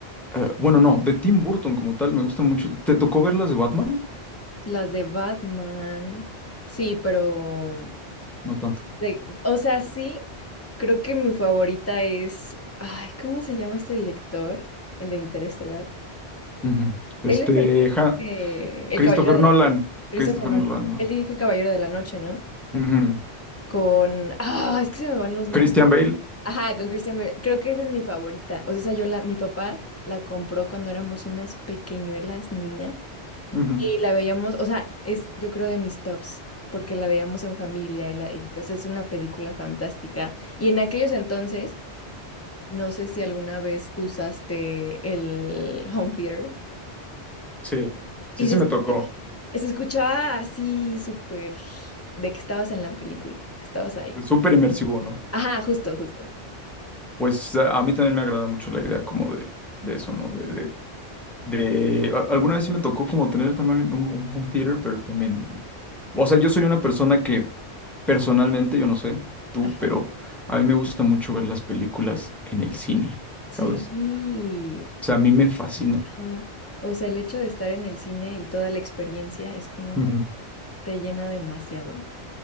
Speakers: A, in the centre; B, on the left.
A: eh, bueno, no, de Tim Burton como tal, me gusta mucho. ¿Te tocó ver las de Batman?
B: Las de Batman. Sí, pero
A: No tanto.
B: de, o sea, sí, creo que mi favorita es. Ay, ¿cómo se llama este director? El de Interestelar.
A: Ujú. Este,
B: Él es el que
A: Ja-
B: eh, El
A: Christopher
B: Caballero de
A: Nolan.
B: la Christopher
A: Christopher
B: Nolan.
A: Nolan, no.
B: Él dirige El Caballero de la Noche, ¿no?
A: Ujú.
B: Con. Ah, es que se me van los nombres.
A: Christian Bale.
B: Ajá, con Christian Bale. Creo que esa es mi favorita. O sea, esa yo la, mi papá la compró cuando éramos unas pequeñuelas niñas
A: Ujú.
B: y la veíamos, o sea, es yo creo de mis tops, porque la veíamos en familia y la, y, o sea, es una película fantástica. Y en aquellos entonces, no sé si alguna vez usaste el home theater
A: Sí, sí,
B: y
A: sí
B: se,
A: me tocó.
B: se escuchaba así súper de que estabas en la película, estabas ahí.
A: Es Súper inmersivo, ¿no?
B: Ajá, justo, justo.
A: Pues a a mí también me agrada mucho la idea como de, de eso, ¿no? De, de, de- a- alguna vez sí me tocó como tener también un, un home theater, pero también... O sea, yo soy una persona que personalmente, yo no sé, tú,
B: Ajá.
A: pero a mí me gusta mucho ver las películas en el cine,
B: Sí,
A: ¿sabes? O sea, a mí me fascina.
B: Ajá. O sea, el hecho de estar en el cine y toda la experiencia es como
A: Ujú.
B: que te llena demasiado.